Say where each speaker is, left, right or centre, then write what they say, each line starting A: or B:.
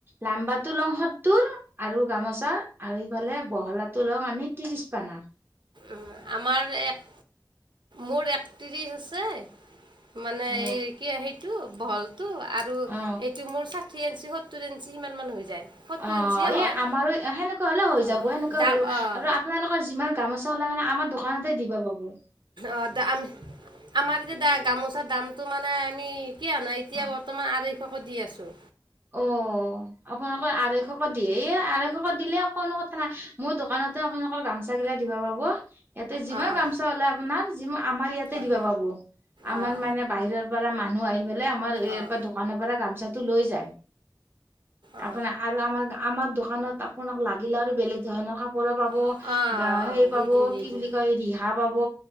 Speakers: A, on the right (about 30°); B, on the right (about 80°).
A: লাম্বাটো লওঁ সত্তৰ, আৰু গামোচাৰ আৰু ইফালে বহলাটো লওঁং আমি তিৰিছপালা।
B: উম, আমাৰ এক, মোৰ একত্ৰিছ আছে মানে
A: অ
B: এই কি সেইটো বহলটো, আৰু
A: অ
B: এইটো মোৰ চাক থ্ৰী ইঞ্চি সত্তৰ ইঞ্চি সিমান মান হৈ যায়। সত্তৰ
A: অ',
B: ইঞ্চিয়ে হয়
A: এ আমাৰো সেনেকুৱা হলেও হৈ
B: অঁ
A: যাব সেনেকুৱা
B: দাম
A: হলে যাব,
B: অঁ
A: আৰু আপোনালোকৰ যিমান গামোচা ওলা থা আমাৰ দোকানতে দিব পাব।
B: অ', দাম আমাৰ এতিয়া দা-গামোচাৰ দামটো মানে আমি কি অনাই এতিয়া
A: অ
B: বৰ্তমান আঢ়ৈশকে দি আছো।
A: অ', আপোনালোকে আঢ়ৈশকৈ দিয়ে, এ আঢ়ৈশকৈ দিলে কোনো কথা নাই, মোৰ দোকানতে আপোনালোকৰ গামচা গিলা দিবা পাব ইয়াতে যিমান
B: অঁ অঁ
A: গামচা ওলাই আপোনাৰ, যিমা আমাৰ ইয়াতে
B: অঁ
A: দিবা পাব। আমাৰ
B: অঁ অঁ
A: মানে বাহিৰৰ পৰা মানুহ আহি পেলাই আমাৰ এইপ
B: অঁ
A: দোকানৰ পৰা গামচা টো লৈ যায়।
B: অঁ
A: আপোনা আৰু আমাৰ-আমাৰ দো দোকানত আপোনাক লাগিলে আৰু বেলেগ ধৰণৰ কাপ পৰা পাব,
B: অঁ
A: গা-সেই
B: অঁ দি
A: পাব
B: দিম দি
A: কি
B: দিম
A: বুলি কয় ৰিহা পাব,